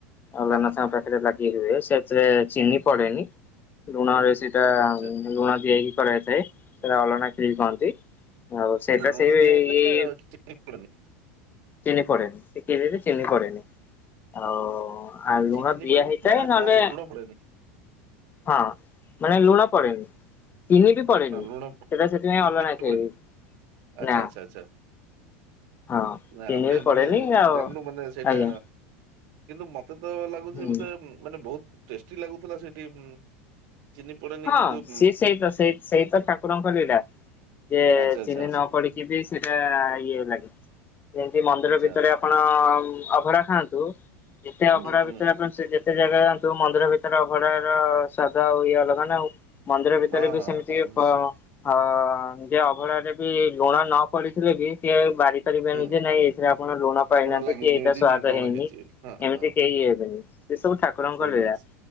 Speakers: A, on the left; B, on the right.
A: ଆଉ
B: ହଁ
A: ଲାନ
B: ହଁ
A: <unintelligible> ପାଖରେ ଲାଗି ହୁଏ ସେଥିରେ ଚିନି ପଡେନି ଋଣ ସେଟା
B: ଆଚ୍ଛା
A: ଲୁଣ ଦିଆକି କରାଇଥାଏ ସେଟା ଅଲଣା ଖଳି କହନ୍ତି। ହଉ ସେଇଟା
B: ମାନେ ଲୁଣ
A: ସେଇ ଏଇ
B: ଦିଆ ହେଇଥାଏ ଚିନି ପଡେନି
A: ଚିନି ପଡେନି ସେ ଖିରି ରେ ଚିନି ପଡେନି। ଆଉ ଲୁଣ
B: ଚିନି
A: ଦିଆ
B: ପଡେନି
A: ହେଇଥାଏ
B: ନା
A: ନହେଲେ
B: ଅ, ଲୁଣ ପଡେନି
A: ହଁ ମାନେ ଲୁଣ ପଡେନି ଚନି ବି ପଡେନି
B: ହ ଲୁଣ
A: ସେଟା ସେଥିପାଇଁ
B: ଚି
A: ଅଲଣା ଖେଳି
B: ପଡେନି ଆଛା
A: ନା
B: ଆଚ୍ଛା ଆଛା।
A: ହଁ
B: ନା
A: ତିନି
B: ଆମେ
A: ବି ପଡେନି
B: ମାନେ
A: ଆଉ
B: ଜାଣିନୁ ମାନେ ସେଇଟା
A: ଆଜ୍ଞା
B: କିନ୍ତୁ ମତେ ତ ଲାଗୁଛି।
A: ହୁଁ
B: ବୋଧେ ମାନେ ବହୁତ ଟେଷ୍ଟି ଲାଗୁଥିଲା ସେଠି। ଚିନି ପଡେନି
A: ହଁ
B: କିନ୍ତୁ ଉଁ,
A: ସିଏ ସେଇତ ସେଇ ସେଇତ ଠାକୁରଙ୍କର ଲିଳା ଯେ
B: ଆଚ୍ଛା ଆଚ୍ଛା
A: ଚିନି
B: ଆଚ୍ଛା
A: ନ ପଡିକି ସେଇଟା ଇଏ ଲାଗେ ଯେମିତି ମନ୍ଦିର
B: ଆଚ୍ଛା
A: ଭିତରେ ଆପଣ ଅଭଢା ଖାଆନ୍ତୁ। ଯେତେ
B: ହୁଁ
A: ଅଭଢା
B: ହୁଁ
A: ଭିତରେ ଆପଣ ସେ ଯେତେ ଜାଗା ଯାଆନ୍ତୁ। ମନ୍ଦିର ଭିତରେ ଅଭଢାର ସୂାଦ ଆଉ ଇଏ ଅଲଗା ନା ଆଉ। ମନ୍ଦିର ଭିତରେ
B: ହଁ
A: ବି
B: ହଁ
A: ସେମିତି
B: ହଁ ନିଶ୍ଚିତ
A: ହଁ ଯେ ଅଭଢାରେ ବି ଲୁଣ ନ ପଡିଥିଲେ ବି ସିଏ ବାରି କରିବେନି
B: ହୁଁ ହୁଁ।
A: ଯେ ନାଇଁ ଏଥିରେ ଆପଣ ଲୁଣ ପାଇନାହାନ୍ତି।
B: ଲାଗିନି
A: କି ଏଇଟା
B: ବୋଲି
A: ସ୍ଵାଦ
B: କଣ
A: ହେଇନି।
B: ହେଇଛି ବୋଲି ହଁ
A: ଏମିତି
B: ହଁ
A: କେହି ହେବେନି। ସେ ସବୁ ଠାକୁରଙ୍କ
B: ସେଇ
A: ଲିଳା।
B: ଜିନିଷ